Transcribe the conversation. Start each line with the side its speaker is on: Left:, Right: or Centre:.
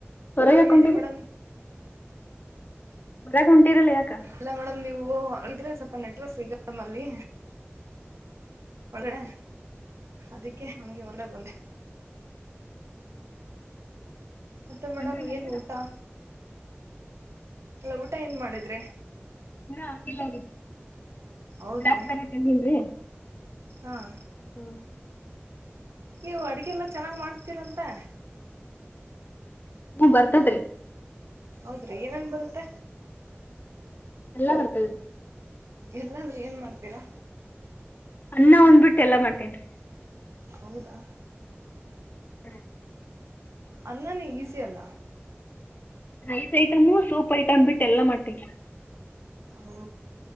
Left: ಹೊರಗ
Right: ಹಾಂ
Left: ಯಾಕೊಂಟೀರಿ
Right: ಹೇಳಿ ಮೇಡಮ್
Left: ಹೊರಾಗ ಹೋಂಟಿರಲ್ಲ ಯಾಕ
Right: ಇಲ್ಲ ಮೇಡಮ್ ನೀವು ಇದ್ರೆ ಸ್ವಲ್ಪ ನೆಟ್ವರ್ಕ್ ಸಿಗ್ ನಮಲ್ಲಿ ಒಳಡೆ ಅದಿಕ್ಕೆ ಹಂಗೆ ಹೊರಗಡೆ ಬಂದೆ ಮತ್ತೆ ಮೇಡಮ್
Left: ಹೊಂಟ್ರಿ ನೆಲಗನ
Right: ಏನ್ ಊಟಾ ಎಲ್ಲ ಊಟಾ ಏನ್ ಮಾಡಿದ್ರಿ
Left: ನಾ ಆಗಿಲ್ಲ ರೀ
Right: ಹೌದ್ರಿ
Left: ಬ್ಲಾಕ್ ಬೆರಿ ತಿನ್ನಿಲ್ರಿ
Right: ಹಾಂ
Left: ಹಾ
Right: ನೀವು ಅಡುಗೆಲ್ಲ ಚೆನ್ನಾಗ್ ಮಾಡ್ತೀರಂತೆ.
Left: ಹ್ಮ ಬರ್ತತ್ರಿ.
Right: ಹೌದ್ರಿ ಏನನ್ ಬರುತ್ತೆ.
Left: ಎಲ್ಲಾ ಬರ್ತದ್ರಿ.
Right: ಎಲ್ಲಂದ್ರೆ ಏನ್ ಮಾಡ್ತೀರಾ.
Left: ಅನ್ನಾ ಒಂದ್ ಬಿಟ್ಟು ಎಲ್ಲ ಮಾಡ್ತೇನ್ರಿ.
Right: ಹೌದಾ
Left: ಹಾಂ
Right: ಅನ್ನಾನೆ ಈಸಿ ಅಲ್ಲ.
Left: ರೈಸ್ ಐಟಮು ಸೂಪ್ ಐಟಮ್ ಬಿಟ್ಟ ಎಲ್ಲಾ ಮಾಡ್ತೀನಿ.
Right: ಓ